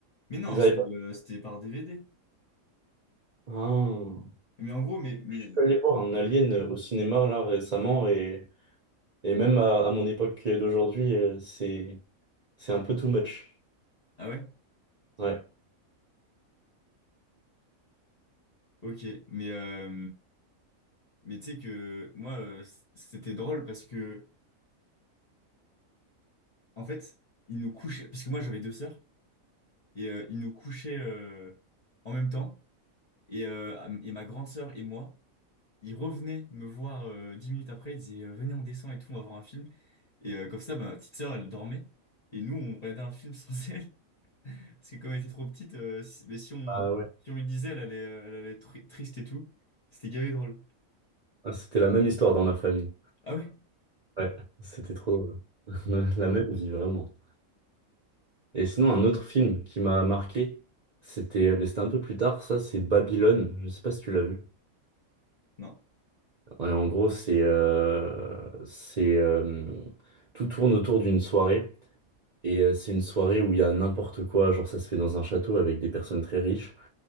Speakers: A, on the left (about 40°); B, on the right (about 50°).
A: Mais non,
B: Ils
A: c'était
B: avaient pas.
A: euh, c'était par DVD.
B: Ah.
A: Mais en gros, mais, mais...
B: Je suis allé voir un Alien au cinéma là récemment et. Et même à, à mon époque d'aujourd'hui, euh, c'est, c'est un peu too much.
A: Ah ouais?
B: Ouais.
A: Ok. Mais, euh, mais tu sais que moi, euh, c- c'était drôle parce que... En fait, ils nous couchaient, parce que moi j'avais deux sœurs, et euh, ils nous couchaient euh, en même temps. Et, euh, et ma grande sœur et moi, ils revenaient me voir euh, dix minutes après, ils disaient euh, Venez, on descend et tout, on va voir un film. Et euh, comme ça, bah, ma petite sœur, elle dormait. Et nous, on regardait un film sans <laughs> elle. Parce que comme elle était trop petite, euh, si, mais si on,
B: Ah ouais.
A: si on lui disait, elle allait, euh, elle allait être tri- triste et tout. C'était gavé de drôle.
B: Ah, c'était la même histoire dans ma famille.
A: Ah ouais?
B: Ouais, c'était trop drôle. <laughs> La même vie, vraiment. Et sinon, un autre film qui m'a marqué, c'était euh, mais c'était un peu plus tard, ça, c'est Babylone. Je sais pas si tu l'as vu.
A: Non.
B: Ouais, en gros, c'est euh, c'est euh, tout tourne autour d'une soirée. Et euh, c'est une soirée où il y a n'importe quoi, genre ça se fait dans un château avec des personnes très riches.